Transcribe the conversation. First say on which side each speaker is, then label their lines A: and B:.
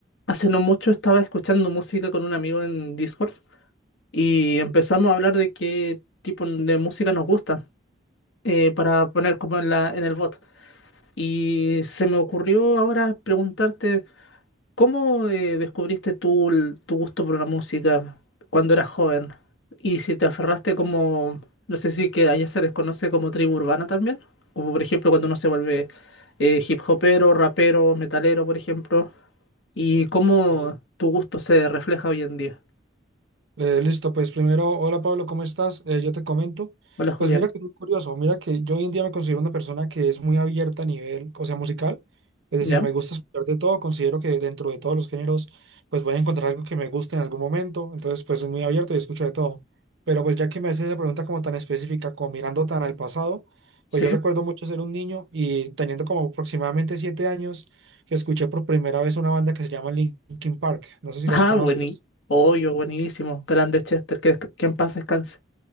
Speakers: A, on the left; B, on the right.
A: Hace no mucho estaba escuchando música con un amigo en Discord y empezamos a hablar de qué tipo de música nos gusta eh, para poner como en la, en el bot. Y se me ocurrió ahora preguntarte, ¿cómo eh, descubriste tú el- tu gusto por la música cuando eras joven? Y si te aferraste como, no sé si que allá se les conoce como tribu urbana también, como por ejemplo cuando uno se vuelve eh, hip hopero, rapero, metalero, por ejemplo. ¿Y cómo
B: Ahí.
A: tu gusto se refleja hoy en día?
B: Eh, listo, pues primero, hola Pablo, ¿cómo estás? Eh, yo te comento.
A: Hola, Julián.
B: Pues mira que es muy curioso, mira que yo hoy en día me considero una persona que es muy abierta a nivel, o sea, musical. Es
A: ¿Ya?
B: decir, me gusta escuchar de todo, considero que dentro de todos los géneros, pues voy a encontrar algo que me guste en algún momento. Entonces, pues soy muy abierto y escucho de todo. Pero pues ya que me haces esa pregunta como tan específica, como mirando tan al pasado,
A: ¿Sí?
B: pues yo recuerdo mucho ser un niño y teniendo como aproximadamente siete años, que escuché por primera vez una banda que se llama Linkin Park.
A: <laughs>
B: No sé si
A: Ah,
B: los conozcas.
A: buenísimo. Obvio, buenísimo. Grande Chester, que, que en paz descanse.